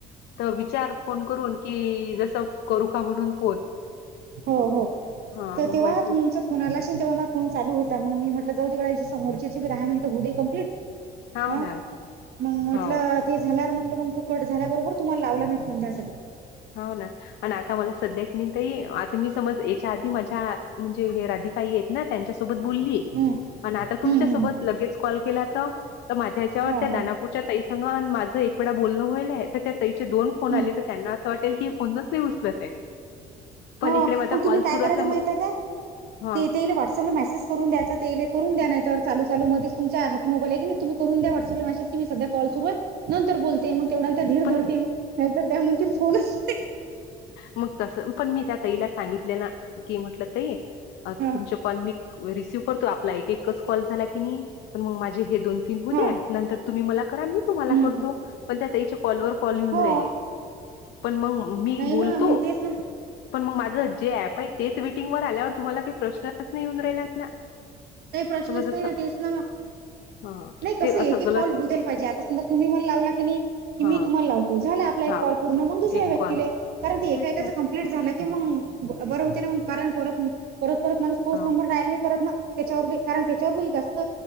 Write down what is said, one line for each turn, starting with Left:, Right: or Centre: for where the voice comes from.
Left: त विचार फोन करून की जस करू का म्हणून फोन
Right: हो-हो
Left: हा
Right: तर
Left: मग
Right: तेव्हा
Left: माहिती
Right: तुमचा फोन तेव्हा मग फोन चालू होता मग मी म्हट जाऊदे गडया तिकडे समोरच्याचे बी दहा मिनट होऊदे कंप्लीट
Left: हाव
Right: ह
Left: ना
Right: मग म्हटलं
Left: हो
Right: ते झाल्या म्ह मग तो कट झाल्या बरोबर तुम्हाला लावला मी फोन त्यासाठी
Left: हो ना आणि आता मला सध्या कि नाही ताई आ तर मी समज याच्या आधी माझ्या म्हणजे हे राधिका आई आहेत ना त्यांच्यासोबत बोलली
Right: हम्म
Left: आणि आता तुमच्या
Right: हम्म
Left: सोबत
Right: हम्म
Left: लगेच कॉल केला तर तर माझ्या ह्याच्यावर
Right: हो
Left: त्या दानापूरच्या
Right: हो
Left: ताई - सांग माझं एक वेळा बोलणं होईलय आहे तर त्या ताईचे दोन फोन
Right: हम्म
Left: आले तर त्यांना असं वाटेल की फोनच नाही उचलत आहे. पण
Right: हा
Left: इकडे माझा
Right: मग तुम्ही
Left: कॉल सुरू
Right: काय करायचं
Left: असल्यामुळे
Right: माहितय काय?
Left: हां.
Right: ते तेला व्हॉट्सअपला मेसेज करून द्यायं ते करून द्या नाही तर. चाल चाल मग ते तुमच्याी मोबाईल आहे की तम्ही करून द्या्हॉट्अपला मेसेज कीध्या कॉल सुर आहे नंतर बोलते मग. तेवढ्या त्या धीर
Left: पण
Right: धरतील
Left: मी
Right: नाहीतर त्या म्हणतील कोणच.
Left: मग तस पण मी त्या तईला सांगितले ना की म्हटलं तई
Right: हा
Left: तुमच्या कॉल मी. रिसिव्ह करतो आपला एक एकच कॉल झाला की नाही पण मग माझे हे दोन तीन होऊ
Right: हा
Left: दे्या नंतर. तुम्ही मला करा मी तुम्हाला
Right: हम्म
Left: करतो पण त्या त्याईच्या कॉलवर कॉल येेऊन
Right: हो
Left: राहिले. पण मग मी
Right: नाही
Left: बोलतो
Right: ना मी तेच ना
Left: पण मग माझ जे ऍप आहे तेच. ीटिंग वर आल्यावर तुम्हाला काही प्रश्नच नाही येऊन राहिला ना...
Right: काही प्रश्नच
Left: तर मग
Right: नाही
Left: जसं
Right: ना तेच ना मग..
Left: हा
Right: नाही कसं
Left: ते
Right: एकी
Left: असं गलत
Right: कॉल होतीलईल पाहिजे आता समजा तुम्ही मला लावला.. ी
Left: हा
Right: मी तुम्हाला लावतो झाला आप
Left: हा
Right: एक कॉल पूर्ण मग दुसऱ्या
Left: एक
Right: व्यक्ती
Left: कॉल
Right: कारण ते
Left: तेच
Right: एकाकाच
Left: ना
Right: क्ट झा.. मग बरं होते ना म कारण परत परत परत माला तोच
Left: हा
Right: नंबर डायल नाही करत ना.. त्याच्यावरी कारण त्याच्यावरी जास्त